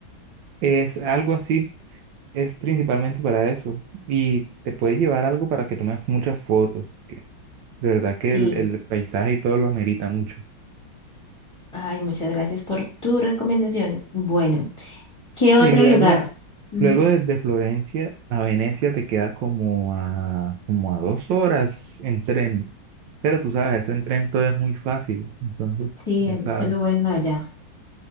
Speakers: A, on the right (about 75°); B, on the left (about 15°).
A: Es algo así, es principalmente para eso. Y te puede llevar algo para que tomes muchas fotos, que de verdad que
B: Sí.
A: el, el paisaje y todo lo amerita mucho.
B: Ay, muchas gracias por tu recomendación. Bueno, ¿qué
A: Y
B: otro
A: luego,
B: lugar? Ujú.
A: luego desde Florencia a Venecia te queda como a, como a dos horas en tren. Pero tú sabes, eso en tren todo es muy fácil, entonces
B: Sí,
A: ya
B: allí-
A: sabes.
B: eso es lo bueno de allá,